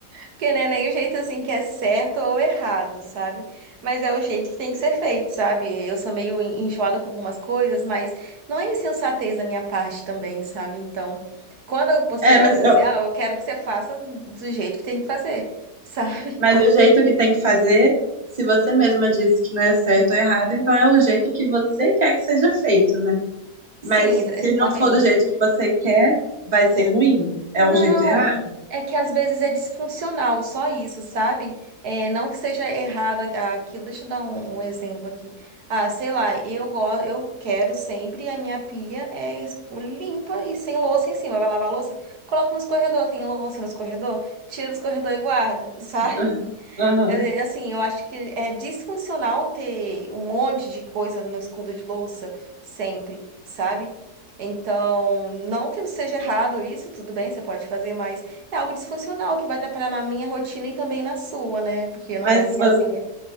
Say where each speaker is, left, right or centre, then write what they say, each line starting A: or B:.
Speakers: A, on the right; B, on the right.
A: Porque não é nem o jeito assim que é certo ou errado, sabe? Mas é o jeito que tem que ser feito, sabe? Eu sou meio en- enjoada com algumas coisas, mas não é insensatez da minha parte também, sabe? Então, quando você
B: É,
A: vai
B: mas,
A: fazer
B: eu,
A: ah, eu quero que você faça do jeito que tem que fazer, sabe?
B: mas o jeito que tem que fazer, se você mesma disse que não é certo ou errado, então é o jeito que você quer que seja feito, né?
A: <laughs>
B: Mas
A: Sim, ex- exatamente.
B: se não for do jeito que você quer, vai ser ruim, é
A: Não,
B: o jeito errado.
A: é que às vezes é disfuncional, só isso, sabe? É, não que seja errado a- aquilo. Deixa eu dar um, um exemplo aqui. Ah, sei lá, eu go- eu quero sempre a minha pia é es- limpa e sem louça em cima. Vai lavar a louça? Coloco nos corredor, tem louça nos corredor, tira dos corredor e guarda, <laughs> sabe?
B: <laughs> Aham.
A: É, Assim, eu acho que é disfuncional ter um monte de coisa no escova de louça sempre, sabe? Então, não que não seja errado isso, tudo bem, você pode fazer, mas é algo disfuncional que vai atrapalhar na minha rotina e também na sua, né? Porque eu
B: Mas
A: não moro sozinha.
B: vo-